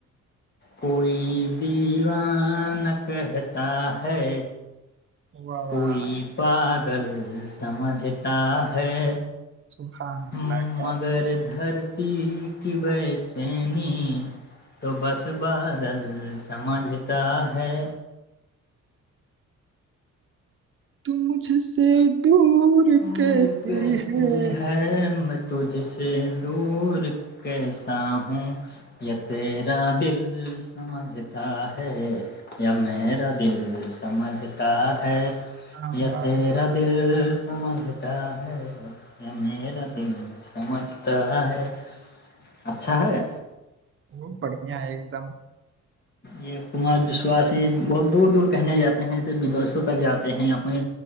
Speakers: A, on the left (about 35°); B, on the right (about 45°).
A: کوئی دیوان کہتا ہے
B: واہ
A: کوئی
B: واہ
A: پ گل سمجھتا ہے
B: سبحان
A: ہ
B: اللہ کیا
A: مگر دھر پی کی بے چینی تو بس بادل سمجھتا ہے
B: ٹم کجھ سے دور
A: دور
B: کیتی
A: کیسی
B: ہیں
A: ہے میں تجھ سے دور کیسا ہوں یا تیرا دل سمجھتا ہے یا میرا دل سمجھتا ہے
B: ہاں
A: تو میرا
B: کیا
A: دل سمجھتا ہے میرا دل سمجھتا ہے اچھا ہے
B: وہ بڑھیا ہے ایک دم
A: یہ کنمار وشواسی ہی بہت دور دور کہنے جاتے ہیں ایسے ودیشوں تک جاتے ہیں اپنے